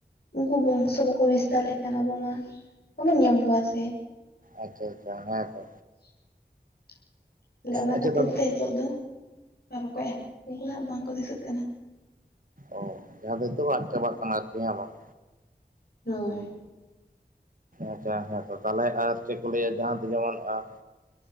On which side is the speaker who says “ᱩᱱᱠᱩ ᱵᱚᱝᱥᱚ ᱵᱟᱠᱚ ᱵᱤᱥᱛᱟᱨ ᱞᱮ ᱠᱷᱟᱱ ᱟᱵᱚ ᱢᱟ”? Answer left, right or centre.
Left